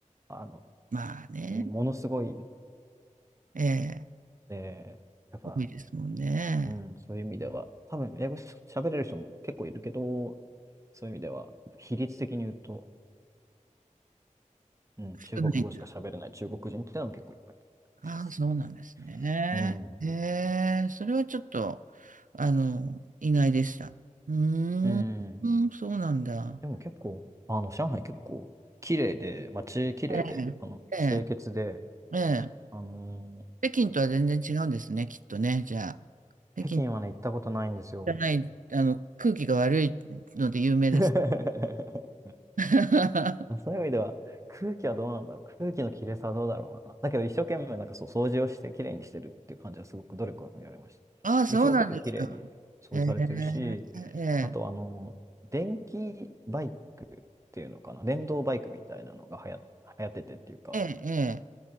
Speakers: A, on the right (about 25°); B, on the right (about 80°).
A: あの、
B: まあね、
A: ものすごいん
B: ええ、
A: で、やっぱ
B: 多いですもんね。
A: うん、そういう意味では、多分英語し喋れる人も結構いるけど、そういう意味では、比率的に言うと、うん、中国語しか喋れない中国人ってのも結構いっぱいいる感じです。
B: 少ない。ああ、そうなんですね。
A: うん。
B: へえ、それはちょっと、あの、意外でした。うー
A: うん。
B: ん、うん、そうなんだ。
A: でも結構、あの、上海結構綺麗で、街綺麗で、
B: ええ、
A: あの、清潔で、
B: ええ、ええ
A: あのー
B: 北京とは全然違うんですね、きっとね。じゃあ、北京じ
A: 北京はね、行ったことないんですよ。
B: ゃない、あの、空気が悪いので有名です。
A: <laughs>
B: <laughs>
A: まあそういう意味では、空気はどうなんだろう。空気の綺麗さはどうだろうな。だけど一生懸命なんかそう掃除をして綺麗にしてるっていう感じはすごく努力は見られました。
B: ああ、そうなんですか。
A: 道も結構綺麗に掃除されてるし、
B: ええ、ええ、
A: あとあの、電気バイクっていうのかな。電動バイクみたいなのが流行、流行っててっていうか、
B: ええ、ええ、